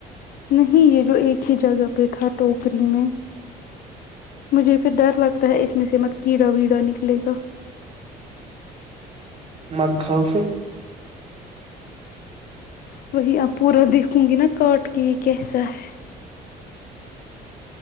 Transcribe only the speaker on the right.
مز کھاو پھر